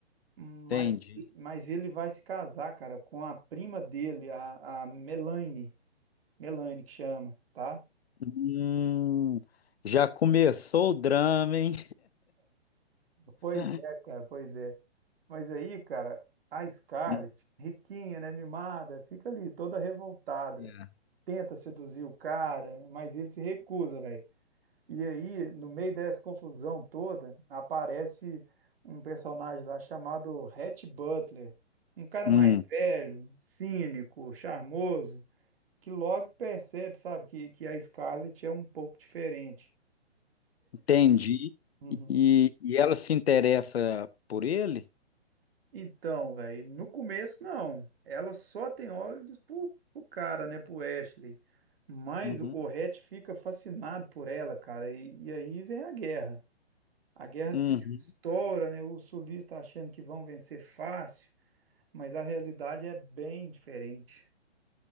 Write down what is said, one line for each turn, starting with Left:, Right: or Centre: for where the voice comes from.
Right: Mas,
Left: entendi.
Right: mas ele vai se casar, cara, com a prima dele, a, a Melanie, Melanie que chama, tá?
Left: Hum, já começou o drama, hein?
Right: Pois
Left: <laughs>
Right: é, cara, pois é. Mas aí, cara, a Scarlett,
Left: Hum,
Right: riquinha, né, mimada, fica ali toda revoltada,
Left: É.
Right: tenta seduzir o cara, mas ele se recusa, velho. E aí, no meio dessa confusão toda, aparece um personagem lá chamado Rhett Butler, um cara
Left: Hum,
Right: mais velho, cínico, charmoso, que logo percebe, sabe, que, que a Scarlett é um pouco diferente.
Left: entendi.
Right: Uhum.
Left: E, e ela se interessa por ele?
Right: Então, velho, no começo não. Ela só tem olhos pro, pro cara, né, pro Ashley. Mas
Left: Uhum.
Right: o Rhett fica fascinado por ela, cara, e, e aí vem a guerra. A guerra
Left: Uhum.
Right: civil estoura, né? Os sulistas tá achando que vão vencer fácil, mas a realidade é bem diferente.